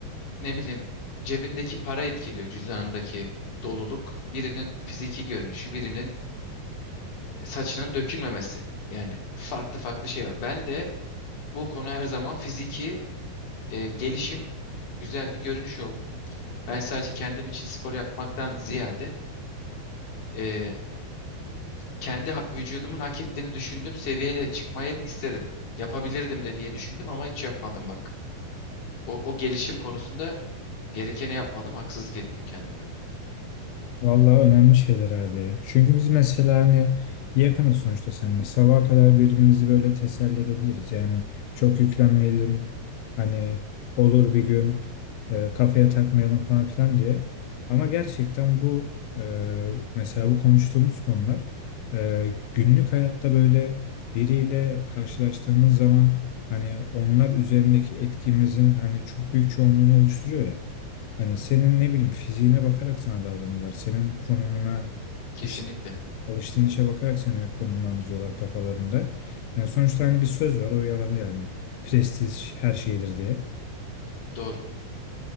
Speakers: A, on the left; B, on the left.
A: ne bileyim cebindeki para etkiliyor, cüzdanındaki doluluk. Birinin fiziki görünüşü, birinin e, saçının dökülmemesi. Yani farklı farklı şey var. Ben de bu konu her zaman fiziki e, gelişim güzel bir görünüş oldu. Ben sadece kendim için spor yapmaktan ziyade e, kendi ha- vücudumun hak ettiğini düşündüğüm seviyeye çıkmayı hep istedim. Yapabilirdim de diye düşündüm ama hiç yapmadım bak. O, o gelişim konusunda gerekeni yapmadım, haksızlık ettim kendime.
B: Vallahi önemli şeyler abi ya. Çünkü biz mesela hani yakınız sonuçta seninle. Sabaha kadar birbirimizi böyle teselli edebiliriz. Yani çok yüklenmeyelim. Hani olur bir gün e, kafaya takmayalım falan filan diye. Ama gerçekten bu e, mesela bu konuştuğumuz konular e, günlük hayatta böyle biriyle karşılaştığımız zaman hani onlar üzerindeki etkimizin hani çok büyük çoğunluğunu oluşturuyor ya. Hani senin ne bileyim fiziğine bakarak sana davranıyorlar. Senin konumuna
A: Kesinlikle.
B: işte alıştığın işe bakarak seni konumlandırıyorlar kafalarında. Yani sonuçta hani bir söz var o yalan değil yani. Prestij her şeydir diye.
A: Doğru.